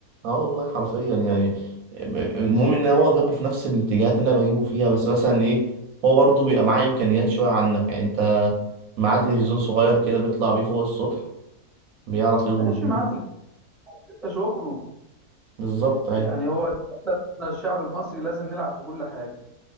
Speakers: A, on the right; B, in the centre.
A: اه والله حرفيا يعني المهم ان هو جابه في نفس الاتجاهات اللي انا بجيبه فيها بس مثلا ايه هو برضه بيبقى معاه امكانيات شويه عنك يعني انت معاه تلفزيون صغير كده بيطلع بيه فوق السطح بيعرف يظبط
B: ماشي
A: بيه
B: معاه اللي بيبقى شغله
A: بالظبط اهي
B: يعني هو للأسف إحنا الشعب المصري لازم نلعب في كل حاجه